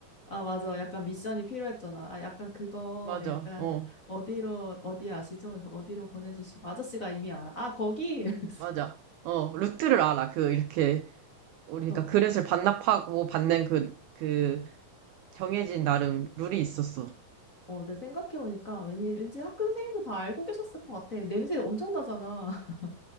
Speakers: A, on the left; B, on the right.
A: 아, 맞아. 약간 미션이 필요했잖아. 아, 약간 그거,
B: 맞아.
A: 약간,
B: 어,
A: 어디로, 어디 아시죠? 그래서 어디로 보내주시고. 아저씨가 이미 알아. 아, 거기! <laughs> 그래서,
B: 맞아. 어, 루트를 알아. 그, 이렇게, 우리가
A: 어,
B: 그릇을 반납하고 받는 그, 그, 정해진 나름 룰이 있었어.
A: 어, 내 생각해보니까 왠지, 왠지 학교 선생님도 다 알고 계셨을 것 같아. 냄새 엄청 나잖아. <laughs>